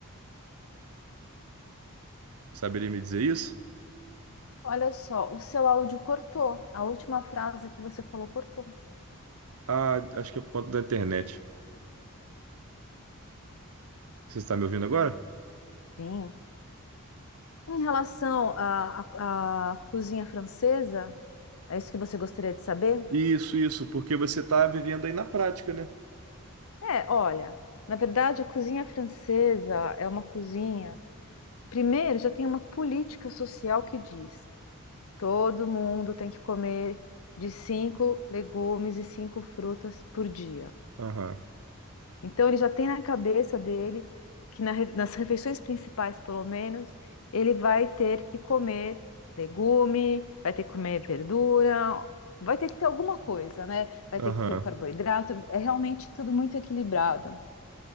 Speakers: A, on the right; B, on the left.
A: Saberia me dizer isso?
B: Olha só, o seu áudio cortou. A última frase que você falou cortou.
A: Ah, acho que é por conta da internet. Você está me ouvindo agora?
B: Sim. Em relação à, à, à cozinha francesa, é isso que você gostaria de saber?
A: Isso, isso, porque você tá vivendo aí na prática, né?
B: É, olha, na verdade, a cozinha francesa é uma cozinha. Primeiro, já tem uma política social que diz: todo mundo tem que comer de cinco legumes e cinco frutas por dia.
A: Aham,
B: Então ele já tem na cabeça dele que na re- nas refeições principais, pelo menos, ele vai ter que comer legume, vai ter que comer verdura, vai ter que ter alguma coisa, né? Vai
A: aham.
B: ter que ter o carboidrato. É realmente tudo muito equilibrado.